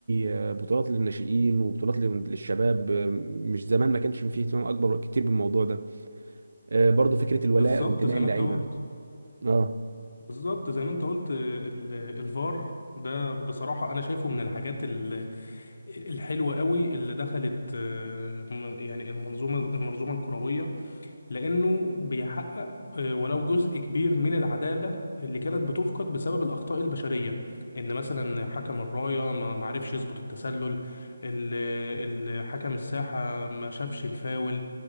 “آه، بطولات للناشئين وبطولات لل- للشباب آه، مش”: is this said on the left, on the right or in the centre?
Right